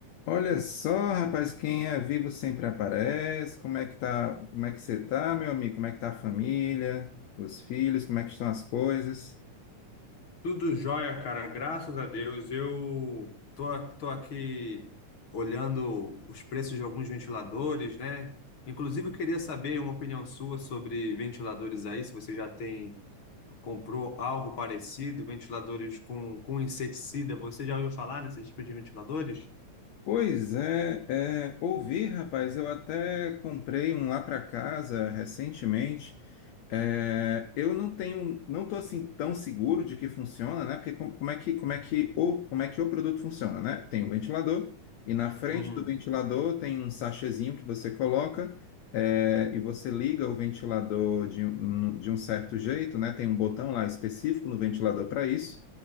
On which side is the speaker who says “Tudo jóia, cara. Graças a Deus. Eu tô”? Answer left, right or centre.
Left